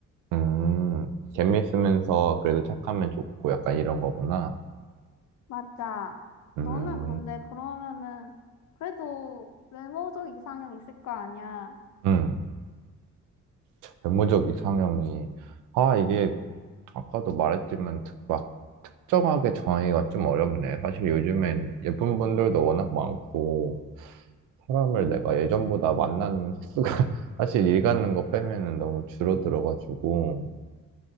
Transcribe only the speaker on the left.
맞아.
너는 근데 그러면은, 그래도 외모적 이상형 있을 거 아니야?
음,